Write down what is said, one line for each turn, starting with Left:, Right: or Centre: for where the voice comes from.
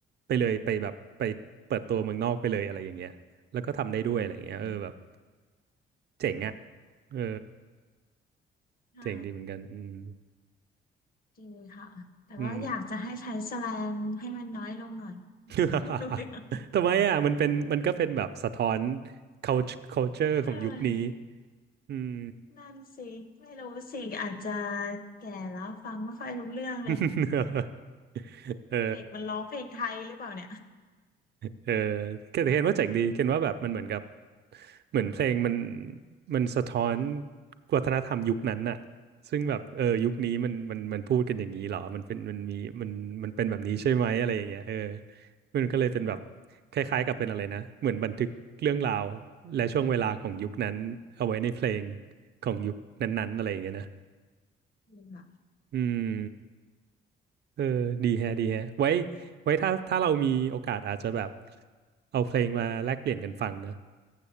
Right: ไปเลยไปแบบไปเปิดตัวเมืองนอกไปเลยอะไรอย่างเงี้ยแล้วก็ทำได้ด้วยอะไรอย่างเงี้ยเออแบบ
Left: อืม
Right: เจ๋งอ่ะเออ
Left: ใช่
Right: เจ๋งดีเหมือนกันอืม
Left: จริงค่ะแต่ว่าอยากจะให้ใช้แสแลงให้มันน้อยลงหน่อย
Right: อืม
Left: <laughs>
Right: <laughs>
Left: ไม่รู้เรื่อง
Right: ทำไมอ่ะมันเป็นมันก็เป็นแบบสะท้อน culture culture
Left: เฮ้ย
Right: ของยุคนี้อืม
Left: นั่นสิไม่รู้สิอาจจะแก่แล้วฟังไม่ค่อยรู้เรื่องเลย
Right: <laughs> เออ
Left: เด็กมันร้องเพลงไทยหรือเปล่าเนี่ย
Right: เออเคนเห็นว่าเจ๋งดีเคนว่าแบบมันเหมือนกับเหมือนเพลงมันมันสะท้อนวัฒนธรรมยุคนั้นน่ะซึ่งแบบเออยุคนี้มันมันมันพูดกันอย่างนี้เหรอมันเป็นมันมีมันมันเป็นแบบนี้ใช่ไหมอะไรอย่างเงี้ยเออ
Left: <laughs>
Right: มันก็เลยเป็นแบบ
Left: ค่ะ
Right: คล้ายๆกับเป็นอะไรนะเหมือนบันทึกเรื่องราวและช่วงเวลาของยุคนั้นเอาไว้ในเพลง
Left: อืม
Right: ของยุคนั้นๆอะไรอย่างเงี้ยนะ
Left: จริงค่ะ
Right: อืมเออดีแฮะดีแฮะไว้ไว้ถ้าถ้าเรามีโอกาสอาจจะแบบเอาเพลงมาแลกเปลี่ยนกันฟังนะ